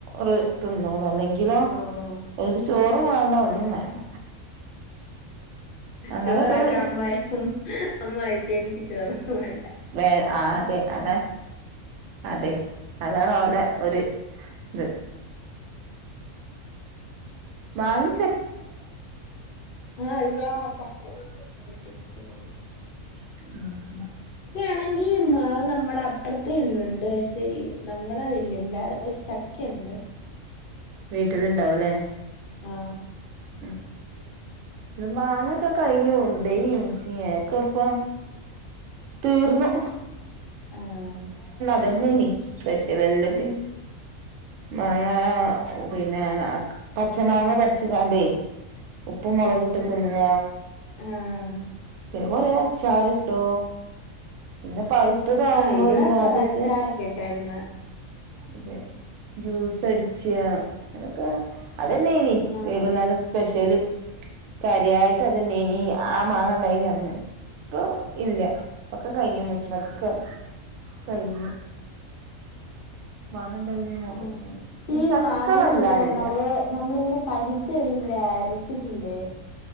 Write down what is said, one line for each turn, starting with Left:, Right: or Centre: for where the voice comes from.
Right: റ് തിന്നോളു ഇല്ലെങ്കിലോ
Left: ഓഹ് ഓഹ്
Right: എനിക്ക് ചോറു വേണ്ട ഒന്നും വേണ്ട അങ്ങനൊക്കെ
Left: ചോറക്ക
Right: ഒരു
Left: അമ്മ ഹും അമ്മുഅയച്ചേ എനിക്ക് ചോറ് വേ
Right: വേ ആ അതെ അങ്ങ് അതെ അതാണ് ഓലെ ഒരു ത് മാങ്ങ
Left: ആ ഇതാ ചക്കേം <unintelligible>
Right: <unintelligible>
Left: ആണെങ്കി മാവ് നമ്മുടെ അപ്പുറത്തെ വിട്ടിലുണ്ട് പക്ഷെ നമ്മുടെ വീട്ടിലില്ല പക്ഷെ ചക്കണ്ട്
Right: വീട്ടില ഇണ്ടാവലേ
Left: ആഹ
Right: ആഹ ഇ മാങ്ങൊക്കെ കഴിഞ്ഞുണ്ടേനച്ച <inaudible> ക്കെ ഇപ്പ തീർന്ന്
Left: ആഹ്
Right: അതന്നെ സ്പെഷ്യൽ എല്ലാത്തിനും മാങ്ങ പിന്നെ പച്ച മാങ്ങ പറിച്ചി താണ്ടേ ഉപ്പ് മുളകിട്ട് തിന്ന
Left: ആഹ
Right: പിന്നെ കൊറേ അച്ചാർട്ട പിന്നെ പ ഇത്തതകുമ്പോ
Left: ആഹ് ഇവിടെ
Right: ഇന്ന
Left: കൊറെ
Right: തടുത്ത്
Left: അച്ചാറൊക്കെ ഇട്ടായിരുന്നു
Right: അതെ ജ്യൂസ് അടിച്ച അങ്ങനൊക്കെ അതന്നെ ഇനിവൈകുന്നേരം
Left: ആഹ്
Right: സ്പെഷ്യലി കരിയായിട്ട് അതന്നെ ഇനി ആ മാങ്ങണ്ടായിനി അന്ന് ഇപ്പൊ ഇല്ല ഇപ്പൊക്കെ കഴിഞ്ഞ മച്ചമത്തൊക്കെ കഴിഞ്ഞു മാങ്ങ ഉണ്ടായിനി അതന്നെ
Left: ആ ഈ
Right: ചക്ക
Left: മാങ്ങ
Right: വല്ലാ
Left: ഇങ്ങനെ
Right: ഇല്ല
Left: നമ്മള് നമ്മളിങ്ങനെ പഴുത്ത കഴിയുമ്പ അരച്ചിട്ടില്ലേ